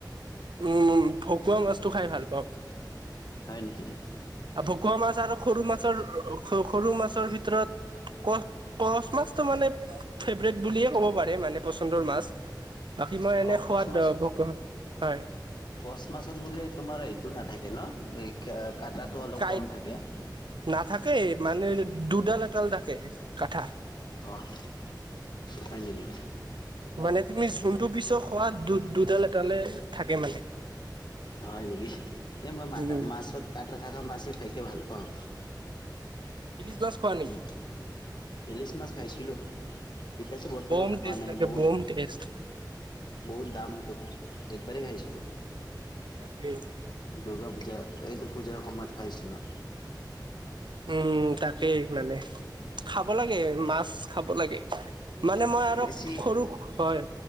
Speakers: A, on the right (about 85°); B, on the left (about 70°).
A: উম ভকুৱা মাছ টো খাই ভাল পাওঁ।
B: হয় নেকি।
A: ভকুৱা মাছ আৰু সৰু মাছৰ সৰু মাছৰ ভিতৰত কচ কচ মাছটো মানে ফেভৰেট বুলিয়ে ক'ব পাৰে মানে পচন্দৰ মাছ। বাকী মই এনে
B: অ
A: সোৱাদ
B: কচ মাছ
A: ভোগ হয়।
B: কচ মাছত বুলে তোমাৰ এইটো নাথাকে ন কাটাটো অলপ
A: কাঁইট
B: কম থাকে।
A: নাথাকে মানে দুডাল এডাল থাকে কাঠা।
B: অ' হয় নেকি।
A: মানে তুমি যোনটো পিছৰ খোৱা দুডাল এডালে থাকে মানে
B: হয় নেকি এ মই মাত
A: উম
B: মাছত কাটা থাকা মাছে খাইকে ভাল পাওঁ।
A: ইলিছ মাছ খোৱা নেকি
B: উম ইলিচ মাছ খাইছিলো। এতিয়াতো বৰ্তমান
A: বম
B: খোৱা
A: টেষ্ট
B: নাই
A: লাগে
B: ব
A: বম টেষ্ট
B: বহুত দাম তোমাৰ একবাৰেই খাইছিলো।
A: তাকেই
B: দুৰ্গা পূজা এইটো পূজাৰ সময়ত খাইছিলোঁ।
A: উম তাকেই মানে খাব লাগে মাছ। খাব লাগে মানে মই আৰু
B: বেছি
A: সৰু হয়